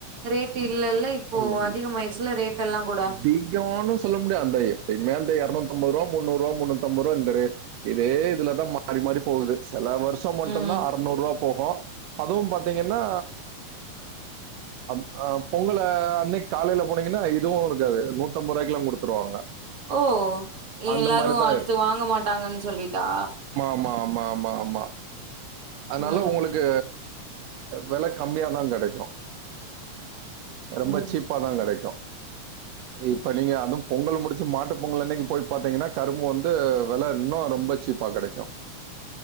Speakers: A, on the right; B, on the right.
A: ரேட்டு் இல்லல்ல இப்போ
B: இல்ல
A: அதிக மாயிடுச்சுல ரேட் எல்லா கூட
B: <unintelligible> சொல்ல முடியாத் அந்த எப்பயுமே அந்த எரநூத்தம்பது ரூவா முன்னூரூவா முன்னூத்தம்பது ரூவா இருந்த ரேட் இதே இதுலதா மாறி மாறி போகுது செல வருஷம் மட்டுந்தா
A: ம்
B: அறநூறு ரூவா போகூ அதுவும் பாத்தீங்கன்னா ஆ பொங்கல அன்னைக்கி காலையில போனீங்கன்னா இதுவு இருக்காது நூத்தம்ப ரூவாய்க்கு எல்லா குடுத்துருவாங்க
A: ஓ
B: அந்த
A: எல்லாரு
B: மாரிதா
A: அடுத்து
B: இரு
A: வாங்க மாட்டாங்கன் சொல்லிட்டா
B: மா ஆமா ஆமா ஆமா அதனால
A: ம்
B: ஒங்களுக்கு வெல கம்மியாதா கெடைக்கூ ரொம்ப
A: ம்
B: சீப்பாதா கெடைக்கூ இப்ப நீங்க அதுவு பொங்கல் முடிச்சு மாட்டு பொங்கல் அன்னைக்கி போய் பாத்தீங்கன்னா கரும்பு வந்து வெல இன்னு ரொம்ப சீப் பா கெடைக்கூ